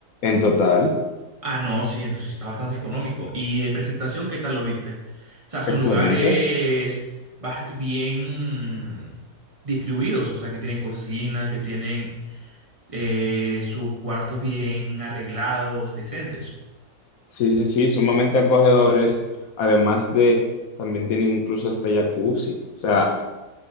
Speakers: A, on the left; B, on the right.
A: En total,
B: Ah, no, sí, entonces está bastante económico. ¿Y de presentación, qué tal lo viste? O sea, son
A: excelente.
B: lugares bas- bien distribuidos, o sea, que tienen cocina, que tienen eh, sus cuartos bien arreglados, decentes.
A: Sí, sí, sí, sumamente acogedores. Además de, también tienen incluso hasta jacuzzi. O sea,